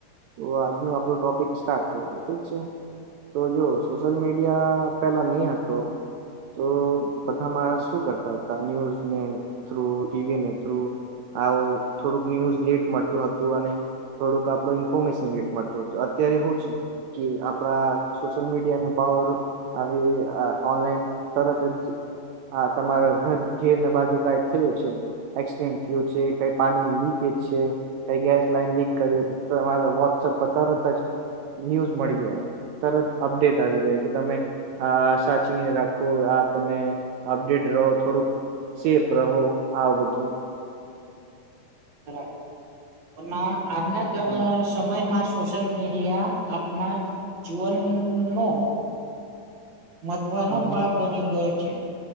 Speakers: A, on the right; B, on the right.
A: તો આજનો આપડો ટોપિક સ્ટાર્ટ કરીએ ઠીક છે. તો જો, સોશિયલ મીડિયા પેલા નહિ હતો તો બધા માણસ શું કરતા હતા? ન્યુઝને થ્રુ ટીવીને થ્રુ આવું થોડુંક ન્યુઝ લેટ મળતું હતું અને થોડુંક આપડું ઇન્ફોર્મેશન લેટ મળતું હતું અત્યારે હુ છે? કે, આપડા સોશિયલ મીડિયા નો પાવર આવી, આ ઓનલાઈન તરત જ હા, તમારા ઘર -ઘેર ના બાજુ કાંઈ થયું છે? એક્સિડેન્ટ થયું છે? કઈ પાણી ની લીકેજ છે? કઈ ગેસ લાઈન લીક કરી, એ તો અમારે વોટ્સએપ પર તરત જ ન્યૂઝ મળી જાય એમ તરત અપડેટ આવી જાય કે, તમે. આ સાચીવીને રાખું, આ તમે અપડેટ રહો થોડુંક. સેફ રહો, આવ બધું.
B: બરાબર, પણ આજના જ.
A: હમ
B: સમયમાં સોશિયલ મીડિયા આપના જીવનનો મતવાનો
A: હમ હમ
B: બાપ બની ગયો છે,